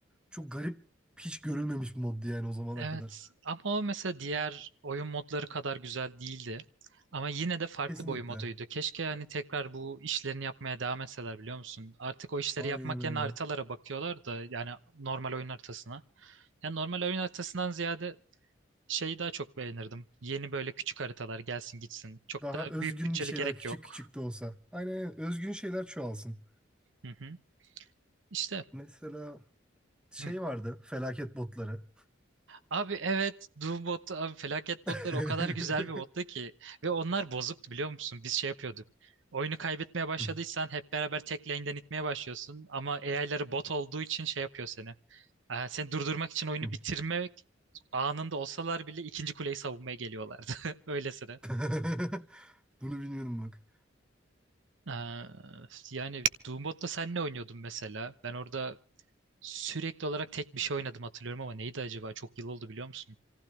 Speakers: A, in the centre; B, on the right.
A: Çok garip hiç görülmemiş bir moddu yani o zamana
B: evet
A: kadar.
B: ama o mesela diğer oyun modları kadar güzel değildi. Ama yine de farklı
A: Kesinlikle.
B: bir oyun moduydu. Keşke hani tekrar bu işlerini yapmaya devam etseler biliyor musun? Artık o işleri
A: Aynen
B: yapmak
A: öyle.
B: yerine haritalara bakıyorlar da yani normal oyun haritasına. Yani normal oyun haritasından ziyade şeyi daha çok beğenirdim. Yeni böyle küçük haritalar gelsin gitsin. Çok
A: Daha
B: da
A: özgün
B: büyük bütçeli
A: bir şeyler
B: gerek
A: küçük
B: yok.
A: küçük de olsa. Aynen aynen. Özgün şeyler çoğalsın.
B: Hı hı. İşte
A: Mesela şey
B: Hı.
A: vardı felaket botları.
B: abi evet Doom botu abi felaket
A: <laughs>
B: botları o kadar güzel bir bottu ki ve onlar bozuktu biliyor musun? Biz şey yapıyorduk. Oyunu kaybetmeye başladıysan
A: Hı,
B: hep beraber tek lane'den itmeye başlıyorsun ama AI'ları bot olduğu için şey yapıyor seni. Ee, seni durdurmak için oyunu
A: hı.
B: bitirmek anında olsalar bile ikinci kuleyi savunmaya geliyorlardı. <laughs> Öylesine.
A: <laughs> Bunu bilmiyorum bak.
B: Ee, yani Doom botla sen ne oynuyordun mesela? Ben orada sürekli olarak tek bir şey oynadım hatırlıyorum ama neydi acaba? Çok yıl oldu biliyor musun?